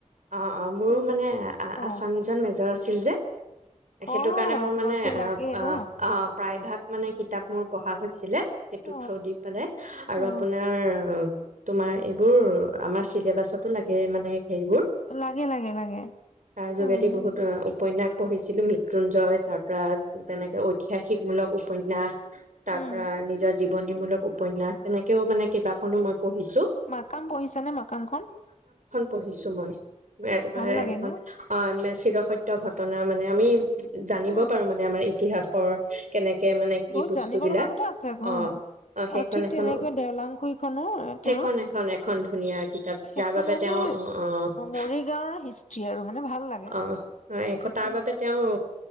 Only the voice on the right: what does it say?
অ' অ' মোৰো
মানে
আছামিছন মেজৰ আছিল যে সেইটো
কাৰণে মোৰ
মানে অ'
- অ '। মানে কিতাপ মোৰ পঢ়া হৈছিলে সেইটো
থ্ৰ দি পেলাই আৰু
আপোনাৰ তোমাৰ এইবোৰ আমাৰ চিলেবাছতো লাগে মানে হেৰিবোৰ। তাৰ
যোগেদি
বহুত উপন্যাস। পঢ়িছিলোঁ মৃত্যুঞ্জয় তাৰপৰা তেনেকৈ ঐতিহাসিকমূলক উপন্যাস। তাৰ
পৰা নিজৰ জীৱ জীৱনীমূলক উপন্যাস তেনেকেও মানে কেইাখনো মই। পঢ়িছো
পঢ়িছোঁ মই। মেঘমেৰে
এখন
অ', মেচ ষ সত্য ঘটনা মানে আমি জানিব
পাৰো মানে আমাৰ ইতিহাস। ঘৰট কেনেক কে মানে কি
বস্তু
বিলাক
অ', অ', সেইখন
এখনো
সেইখন এখন এখন ধুনীয়া কিতাপ
যাৰ বাবে
তেওঁ অ', অ'।
অ
এ তাৰ বাবে তেওঁ